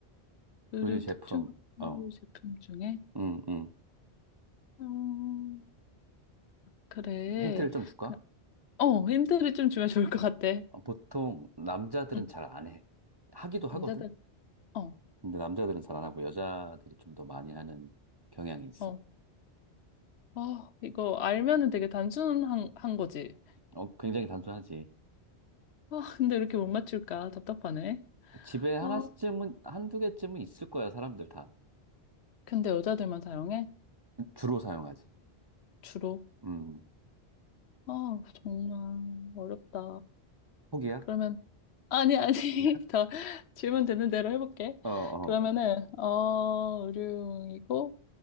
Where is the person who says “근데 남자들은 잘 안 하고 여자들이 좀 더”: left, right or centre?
Right